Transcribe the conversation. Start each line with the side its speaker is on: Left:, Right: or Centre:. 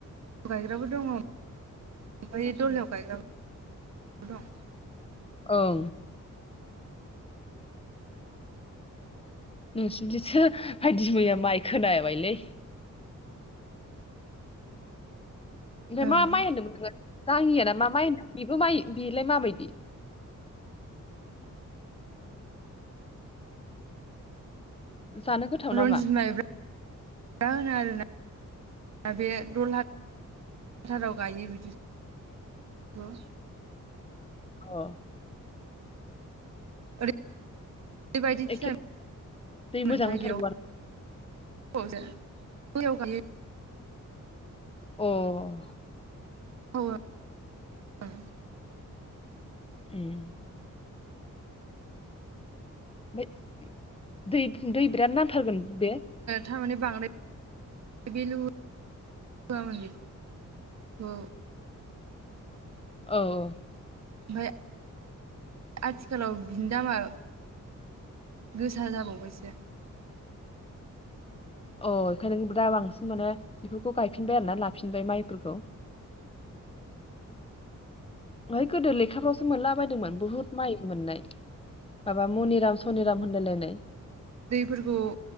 Right: गायग्राबो दङ ओमफ्राय दलाहायाव गायग्राबो दं।
Left: ओं। नोंसोरनिथिंसो बायदि मैया माइ खोनाबायलै। ओमफ्राय
Right: ओं
Left: मा माइ होन्दोंमोन नोङो? <unintelligible> ना मा माइ होनो बेबो माइ बेलाय माबायदि जानो गोथाव
Right: रन्जित,
Left: नामा
Right: माइब्रा होनो आरोना दा बे दलहाथाराव गायो बिदिखौ।
Left: अ।
Right: ओरै बायदि
Left: एखे
Right: फिथाइ
Left: दै मोजां
Right: मोनखायो
Left: नांथारगौ आरो
Right: बेयावहाय <unintelligible>
Left: अ उम
Right: <unintelligible>
Left: उम। <unintelligible> दै दै बिराद नांथारगोन बे?
Right: माने बांद्राय भेलु होआमोन बेखौ।
Left: औ औ।
Right: ओमफ्राय आथिखालाव बिनि दामा गोसा जाबावबायसो।
Left: अ ओंखायनो दा बांसिन माने बेफोरखौ गायफिनबाय आरो ना लाफिनबाय माइफोरखौ। ओहाय गोदो लेखाफ्रावसो मोनलाबायायदोंमोन। बुहुत माइ मोननाय माबा मनिराम सनिराम होनलायलायनाय।
Right: दैफोरखौ